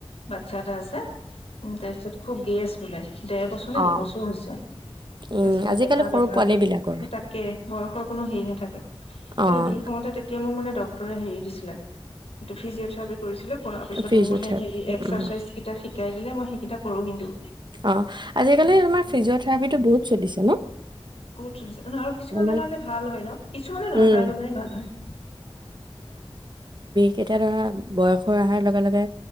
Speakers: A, on the left (about 85°); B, on the right (about 50°).
A: বাচ্ছা এটা আছে উম তাৰপিছত খুব গেছ গুল <unintelligible> ডেৰ বছৰ
B: অ'।
A: নে দুবছৰ হৈছে
B: উম,
A: তাৰপিছতে
B: আজিকালি
A: বেমাৰ
B: সৰু
A: বেমাৰকৈ
B: পোৱালী বিলাকৰ
A: সেই তাকে বয়সৰ কোনো হেৰি নাথাকে
B: অ',
A: তাৰ বিষ হওতে তেতিয়া মোক মানে ডক্টৰে হেৰি দিছিলে ফিজিঅ থেৰাপি কৰিছিলে কৰাৰ পিছত
B: ফিজিঅথেৰাপি
A: মোৰ মানে হেৰি এক এক্সাৰচাইজ
B: উম,
A: কেইটা শিকাই দিনে মই সেইকেইটা কৰো কিন্তু
B: অ আজিকালি তোমাৰ ফ্ৰিজিঅ থ্ৰেৰাপিতো বহুত চলিছে ন
A: বহুত চলিছে ন কিছুমান
B: মানে
A: বেমাৰ যে ভাল হয় ন কিছুমান নহয়
B: উম,
A: প্ৰায় বেমাৰ ভাল হয়
B: কেতিয়াবা ধৰা বয়স হৈ অহাৰ লগে লগে